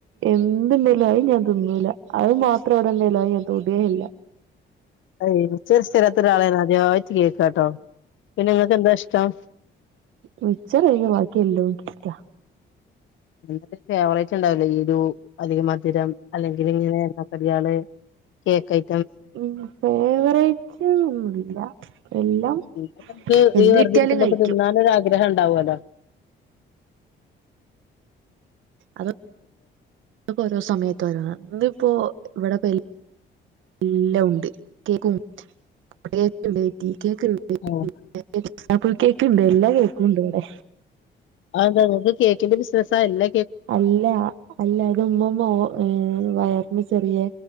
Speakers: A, on the right; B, on the left.
A: എന്തുണ്ടാലുംഅയ് ഞാൻ തിന്നൂല. അത് മാത്രം അവിടെ ണ്ടേൽ അയ് ഞാൻ തൊടേല്ല.
B: അയ്, മിച്ചർ ഇഷ്ടല്ലാത്തൊരാളെ ഞാൻ ആദ്യായി ച് കേക്കാട്ടോ. പിന്നെ ങ്ങക്ക്ന്താ ഇഷ്ടം?
A: മിച്ചർ ഒഴിഞ് ബാക്കി എല്ലൊം ക്കിഷ്ടാ.
B: എന്തെങ്കിലും ഫേവറേറ്റ് ഉണ്ടാവില്ലേ? എരു, അല്ലയ് മധുരം, അല്ലെങ്കി ങ്ങനെ എണ്ണാക്കടിയാള്? കേക്കെയ്.
A: ഉം. ഫേവറേറ്റ് ഒന്നുംല്ല. എല്ലാം.
B: പിന്നെ നമക്ക്
A: എന്ത്
B: ഈ വെറുതെരിക്കുമ്പൊക്ക
A: കിട്ടിയാലും കഴിക്കും
B: തിന്നാനൊരാഗ്രഹ <unintelligible> ണ്ടാവോലോ?
A: അതൊക്കെ ഓരോ സമയത്ത് ഓരോന്നാ. ഇന്ന്പ്പോ, ഇവിടെപ്പം എ <inaudible> എല്ലാം ഉണ്ട്. കേക്കും <unintelligible> കേക്ക് ണ്ട്.
B: ആഹ്
A: <unintelligible> ഡബിൾ കേക്ക് ഇണ്ട്. എല്ലാ കേക്കുണ്ട് വിടെ.
B: അതെന്താ? ങ്ങക്ക് കേക്കിന്റെ ബിസിനസ്സാ? എല്ലം
A: അല്ല, അല്ല. ഇത് ഇമ്മുമ്മ ഓ ഏ <unintelligible> ഉമ്മി ചെറിയ